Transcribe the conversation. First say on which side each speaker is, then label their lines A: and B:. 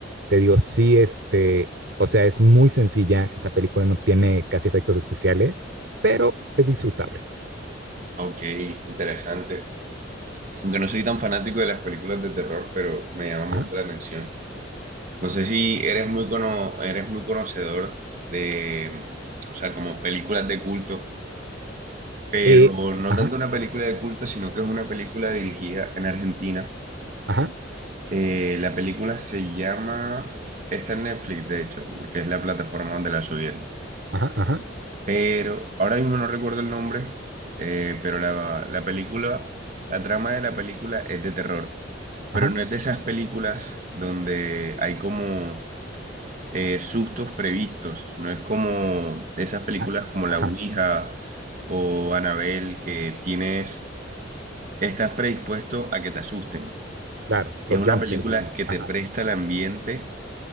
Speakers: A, on the right (about 65°); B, on the right (about 45°).
A: Te digo, sí, este, o sea, es muy sencilla. Esa película no tiene casi efectos especiales, pero es disfrutable.
B: Ah, Ok, interesante. Aunque no soy tan fanático de las películas de terror, pero me llama mucho
A: Ajá.
B: la atención. No sé si eres muy cono- eres muy conocedor de, mm, o sea, como películas de culto, pero
A: Eh,
B: no
A: ajá,
B: tanto una película de culto, sino que es una película dirigida en Argentina.
A: ajá,
B: Eh, la película se llama, está en Netflix, de hecho, que es la plataforma donde la subí.
A: ajá, ajá,
B: pero ahora mismo no recuerdo el nombre, eh, pero la, la película, la trama de la película es de terror,
A: ajá,
B: pero no es de esas películas donde hay como eh, sustos previstos, no es como esas películas
A: ajá,
B: como La
A: ajá.
B: Ouija o Annabelle que tienes, estás predispuesto a que te asusten.
A: Claro, los
B: Es una
A: jumpscares,
B: película
A: digamos.
B: que te
A: Ajá,
B: presta el ambiente